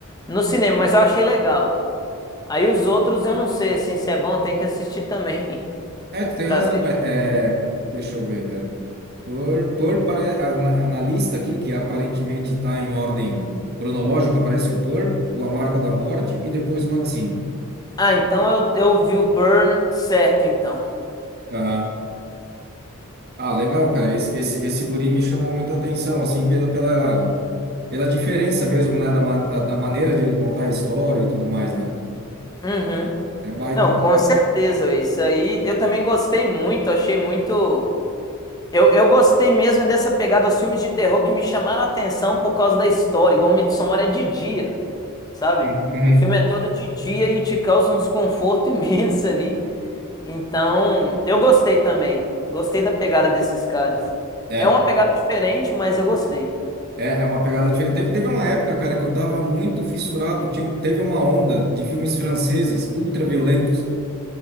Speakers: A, on the left (about 15°); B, on the right (about 45°).
A: no cinema, mas eu achei legal. Aí os outros eu não sei, assim, se é bom, tem que assistir também, <laughs>
B: É, tu tem
A: pra
B: razão.
A: ver.
B: É, é, deixa eu ver, cara. Purr, Purr pare, ah, na, na lista aqui, que aparentemente está em ordem cronológica, aparece o Purr, o A Marca da Morte e depois o Maxine.
A: Ah, então eu, eu vi o Purr certo, então.
B: Aham. Ah, legal, cara. Esse, esse, esse guri me chamou muita atenção, assim, pela, pela, pela diferença mesmo, né, da, ma- da da maneira de ele contar a história e tudo mais, né?
A: Uhum.
B: É baita.
A: Não, com certeza, véi. isso aí eu também gostei muito, achei muito. Eu, eu gostei mesmo dessa pegada dos filmes de terror que me chamaram a atenção por causa da história, igual Midsommar é de dia, sabe?
B: Uhum.
A: O filme é todo de dia e te causa um desconforto <laughs> imenso ali. Então, eu gostei também. Gostei da pegada desses caras.
B: É,
A: É uma pegada diferente, mas eu gostei.
B: é, é uma pegada diferente. Teve, teve uma época, cara, que eu tava muito fissurado. Tinha, teve uma onda de filmes franceses ultra violentos,